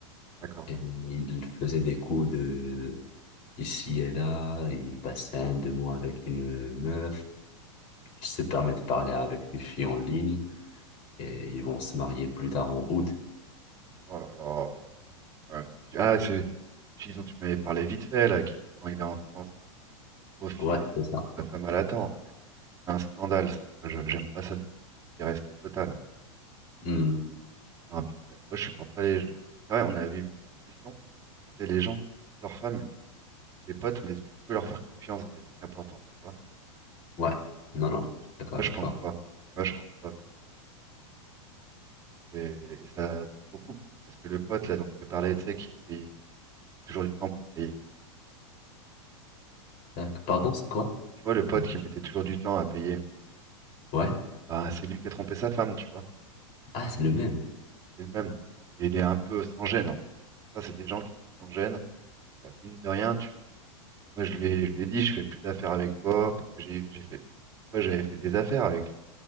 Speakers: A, on the right (about 20°); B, on the left (about 45°).
A: D'accord.
B: et il faisait des coups de ici et là, il passait un, deux mois avec une meuf, il se permet de parler avec des filles en ligne, et ils vont se marier plus tard en août.
A: Oh là là. Ouais, non. Ah, c'est une fille dont tu m'avais parlé vite fait, là, qui, quand il est en France, il profite
B: Ouais,
A: et tout.
B: c'est ça.
A: Sa femme, elle attend. Ouais. C'est un scandale, ça. Moi, je- j'aime pas ça du tout. Irrespect total.
B: Hmm,
A: Enfin, puis, euh, moi, je supporte pas les. C'est vrai, on avait eu une discussion. C'était les gens qui trompent leur femme, des potes, mais est-ce que tu peux leur faire confiance dans les trucs importants, tu vois?
B: ouais. Non, non, je suis d'accord
A: Moi,
B: avec
A: je pense
B: toi.
A: pas. Tu vois, je pense pas, tu vois. Et, et ça, ça se recoupe. Parce que le pote, là, dont je te parlais, tu sais, qui paye toujours du temps pour payer.
B: Tac, Pardon, c'est quoi?
A: Tu vois, le pote
B: Mmh.
A: qui mettait toujours du temps à payer.
B: Ouais.
A: Bah, c'est lui qui a trompé sa femme, tu vois.
B: Ah, c'est le même.
A: C'est le même. Et il est un peu sans gêne, en fait. Ça, c'est des gens qui sont sans gêne. Euh, mine de rien, tu... moi, je lui ai, je lui ai dit, je fais plus d'affaires avec toi parce que j'ai j'ai fait... moi j'avais fait des affaires avec lui.